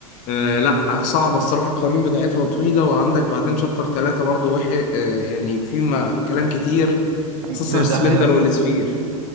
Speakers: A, on the left; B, on the right.
A: آه لا صعبة الصراحة القوانين بتاعتها طويلة وعندك بعدين شابتر ثلاثة برضه وحي آه يعني في ما كلام كتير
B: كتير
A: خصوصا السلندر
B: ده حقيقة
A: والسفير